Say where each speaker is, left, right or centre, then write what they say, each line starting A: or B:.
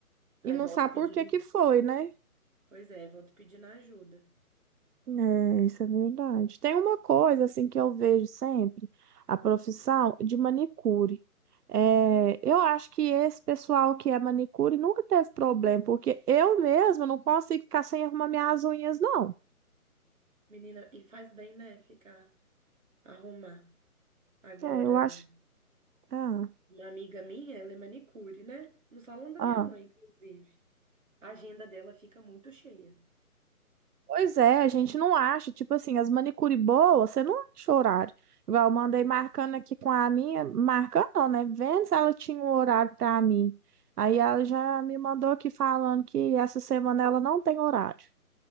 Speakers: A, on the right; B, on the right.
A: Aí
B: e não
A: volta
B: sabe
A: pedindo.
B: por que que foi, né?
A: Pois é, volta pedindo ajuda.
B: É, isso é verdade. Tem uma coisa assim que eu vejo sempre, a profissão de manicure. É, eu acho que esse pessoal que é manicure nunca teve problema, porque eu mesma não consigo ficar sem arrumar minhas unhas, não.
A: Menina, e faz bem, né? Ficar, arrumar. Agora,
B: É, eu acho. Ah,
A: uma amiga minha, ela é manicure, né? No salão da
B: ah.
A: minha mãe, inclusive. A agenda dela fica muito cheia.
B: Pois é, a gente não acha, tipo assim, as manicure boas, você não acha horário. Igual eu mandei marcando aqui com a minha, marcando não, né? Vendo se ela tinha um horário pra mim. Aí ela já me mandou aqui falando que essa semana ela não tem horário.